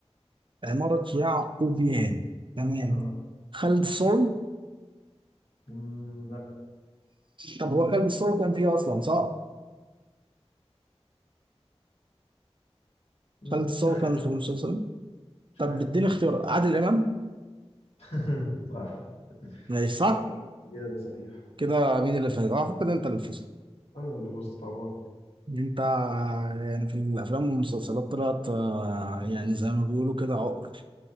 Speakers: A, on the right; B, on the left.
A: عمارة يعقوبيان تمام
B: اه
A: خالد صاوي
B: مم، لا
A: طب هو خالد صاوي كان فيه أصلا صح؟
B: مم،
A: خالد صاوي
B: مش عارف
A: كان في المسلسل
B: مش
A: طب
B: عارف
A: اديني اختيار عادل إمام
B: <laughs> صح
A: ماشي صح؟
B: صح إجابة صحيح
A: كده مين اللي فاز؟ أعتقد أنت اللي فزت
B: أنا اللي فزت طبعا
A: أنت يعني في الأفلام والمسلسلات طلعت آه، يعني
B: مم.
A: زي ما بيقولوا كده عقر